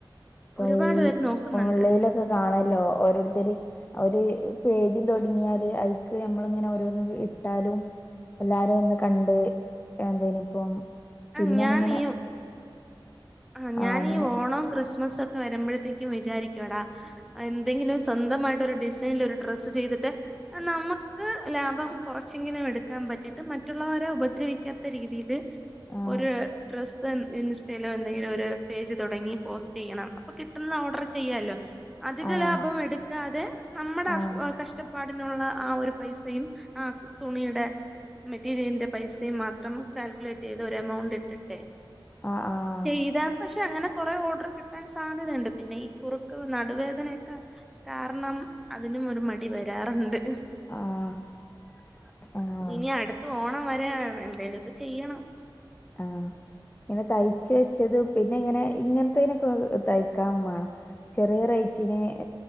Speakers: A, on the left; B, in the centre.
A: ഇപ്പൊ
B: ഒരുപാട്
A: ഈ
B: പേര് നോക്കുന്നുണ്ട്
A: ഓൺലൈലൊക്കെ കാണല്ലോ ഓരോരുത്തര് അ ഒര് പേജും തുടങ്ങിയാല് ഐക്ക് നമ്മളിങ്ങനെ ഓരോന്ന് വ് ഇട്ടാലും എല്ലാരും ഒന്ന് കണ്ട് എന്തേനിപ്പം
B: ആ
A: പിന്നെ
B: ഞാൻ
A: അങ്ങനെ
B: ഈ വ് ആ ഞാനീഈ
A: ആഹ് അങ്ങനെ
B: ഓണം ക്രിസ്മസ് ഒക്കെ വരുമ്പോഴത്തേക്കും വിചാരിക്കുടാ എന്തെങ്കിലും സ്വന്തമായിട്ട് ഒരു ഡിസൈനൽ ഒരു ഡ്രസ്സ് ചെയ്തിട്ട് <unintelligible> നമുക്ക് ലാഭം കുറച്ചെങ്കിലും എടുക്കാൻ പറ്റിയിട്ട് മറ്റുള്ളവരെ ഉപദ്രവിക്കാത്ത രീതിയിയില്
A: ആഹ്
B: ഒരു ഡ്രെസ്സ് ഇൻസ്റ്റൈല് <unintelligible> കയ്യിലൊരു പേജ് തുടങ്ങി പോസ്റ്റ്യ്യണം. അപ്പൊ കിട്ടുന്ന ഓർഡർ ചെയ്യാലോ? അധിക
A: ആഹ്
B: ലാഭം എടുക്കാതെ നമ്മുടെ
A: ആഹ്
B: അഷ് ഒ കഷ്ടപ്പാടിനുള്ള ആ ഒരു പൈസയും. ആഹ് തുണിയുടെ. മെറ്റീരിയലിന്റെ പൈസയും മാത്രം കാൽക്കുലേറ്റ് യ്ത് ഒരു എമൗണ്ട് ഇട്ട് ട്ടെ.
A: ആഹ ആഹ
B: ഇടപക്ഷെ അങ്ങനെ കൊറേ ഓർഡർ കിട്ടാൻ സാധ്യതയുണ്ട് പിന്നെ ഈ കുറുക്ക് നടുവേദനൊക്കെ <unintelligible> കാരണം അതിനും ഒരു മടി വരാറുണ്ട്
A: ആഹ് ആഹ്
B: <unintelligible>
A: ആഹ്
B: ഇനി അടുത്ത് ഓണം വരാനാണ് എന്തായെലും ഒക്കെ ചെയ്യണം
A: ആഹ ഇങ്ങനെ തയ്ച്ച് വെച്ചതും പിന്നെ ഇങ്ങനെ ഇങ്ങനത്തെതിനൊക്കെ തയ്ക്കാൻ വേണം <unintelligible> <unintelligible>